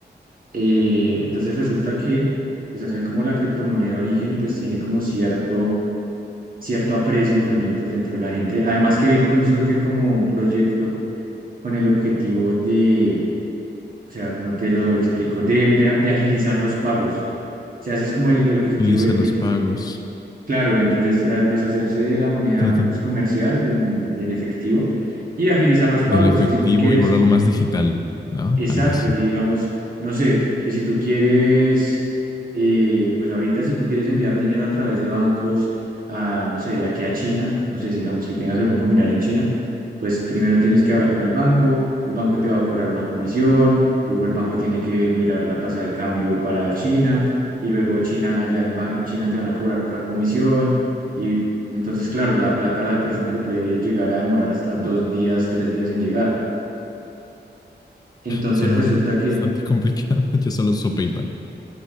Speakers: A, on the right (about 50°); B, on the left (about 20°).
A: eh, entonces resulta que, pues hacer como la criptomoneda origen, pues tiene como cierto cierto aprecio también pues dentro de la gente. Además que Bitcoin surge como un proyecto con el objetivo de, o sea, cómo te lo explico, de, de- de agilizar los pagos. O sea, ese es como el, el objetivo
B: Agiliza
A: del
B: los
A: Bitcoin.
B: pagos,
A: Claro, entonces ah, deshacerse de la moneda
B: tratan
A: pues comercial, del, del efectivo, y agilizar los pagos,
B: del efectivo
A: que si tú quieres
B: y volverlo más digital, ¿no?
A: Exacto,
B: Algo así.
A: y digamos, no sé, que si tú quieres, eh, pues ahorita si tú quieres enviar dinero a través de bancos, a, no sé, de aquí a China, no sé, digamos que tengas algún familiar en China, pues primero tienes que hablar con el banco, el banco te va a cobrar una comisión, luego el banco tiene que mirar la tasa de cambio para China, y luego China, allá en, ba- en China te van a cobrar otra comisión, y entonces, claro, la plata a la persona le puede llegar a demorar hasta dos días, tres días en llegar. Entonces
B: Suena
A: resulta que
B: bastante complicado. <laughs> Yo solo uso PayPal.